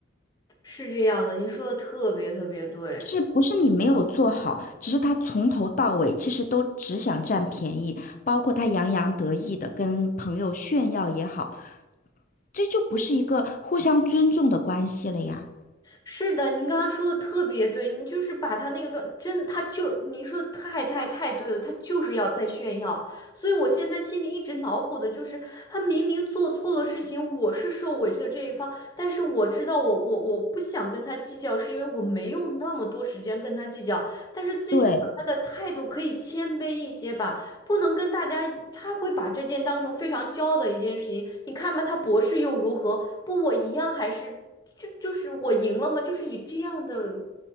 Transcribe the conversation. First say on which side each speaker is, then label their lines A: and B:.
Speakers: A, on the left; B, on the left.
A: 是这样的，你说的特别特别对。
B: 就是不是你没有做好，只是他从头到尾其实都只想占便宜，包括他洋洋得意的跟朋友炫耀也好，这就不是一个互相尊重的关系了呀。
A: 是的，您刚刚说的特别对，你就是把他那个状，真的他就您说的太太太对了，他就是要在炫耀，所以我现在心里一直恼火的就是，他明明做错了事情，我是受委屈的这一方，但是我知道我我我不想跟他计较，是因为我没有那么多时间跟他计较，但是最起码他的态度可以谦卑一些吧。
B: 对，
A: 不能跟大家一他会把这件当成非常骄傲的一件事情。你看吧，他博士又如何？不，我一样还是，就就是我赢了吗？就是以这样的，